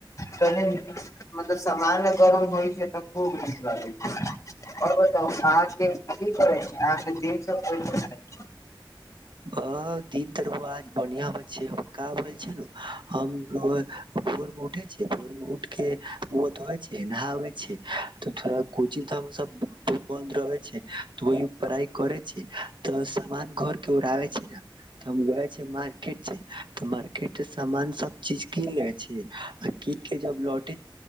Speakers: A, on the left; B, on the right.
A: पे लनी मतलब सामान्य गरम होइ छैय तऽ खूब नीक लागै छैय अर बताऊ अहाँके की करै छी अहाँके द अच्छा
B: अ दीप तरु आज बनआ बै छै। क भै हम रुआ भोरब उठै छी भर्मे उठके बत होइ छै। नावे ीक तऽ थोड़ा कोचिंग सब बन्द रहे छै। त वह पढ़ाइ करे छै। तऽ सान घर आबे छै, ने त हम गए छै मार्केट छै। तऽ मार्केट सामान सब चीज कीन ले छी। आ कीन के जब लौट